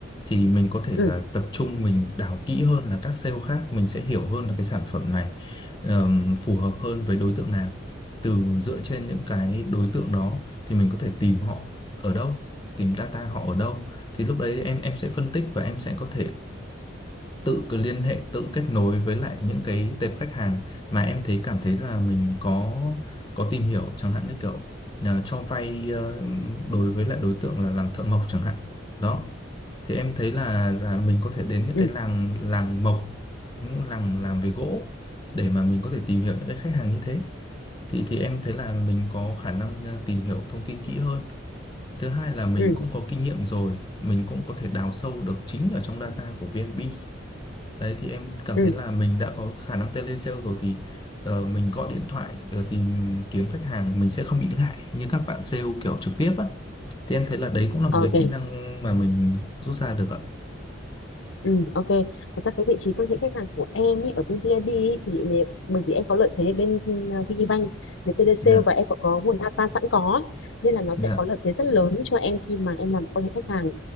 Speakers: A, on the left; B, on the left.
A: thì mình có thể
B: ừ,
A: là tập trung mình đào kỹ hơn là các sale khác mình sẽ hiểu hơn là cái sản phẩm này ờm, phù hợp hơn với đối tượng nào từ dựa trên những cái đối tượng đó thì mình có thể tìm họ ở đâu tìm data họ ở đâu thì lúc đấy em em sẽ phân tích và em sẽ có thể tự cứ liên hệ tự kết nối với lại những cái tệp khách hàng mà em thấy cảm thấy là mình có có tìm hiểu chẳng hạn như kiểu à, cho vay ờ, đối với lại đối tượng là làm thợ mộc chẳng hạn đó thì em thấy là là mình có thể đến những
B: ừ,
A: cái làng làng mộc những làng làm về gỗ để mà mình có thể tìm hiểu những cái khách hàng như thế thì thì em thấy là mình có khả năng ờ, tìm hiểu thông tin kỹ hơn. Thứ hai là mình
B: ừ, ừ,
A: cũng có kinh nghiệm rồi, mình cũng có thể đào sâu được chính ở trong data của VIP. Đấy thì em cảm
B: ừ.
A: thấy là mình đã có khả năng telesale rồi thì ờ, mình gọi điện thoại ờ, tìm kiếm khách hàng mình sẽ không bị ngại như các bạn sale kiểu trực tiếp á. Thì em thấy là đấy cũng là một
B: Ok.
A: cái kỹ năng mà mình rút ra được ạ.
B: Ừ, ok. Thật ra cái vị trí quan hệ khách hàng của em ý, ở bên VIB ý, thì nếu, bởi vì em có lợi thế ở bên uh, VPBank, về telesale
A: Dạ,
B: và em có, có nguồn data sẵn có nên là nó
A: dạ,
B: sẽ có lợi thế rất lớn cho em khi mà em làm quan hệ khách hàng